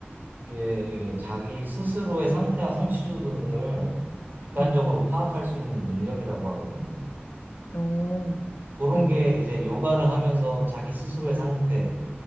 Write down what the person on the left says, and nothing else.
응.
어,
응,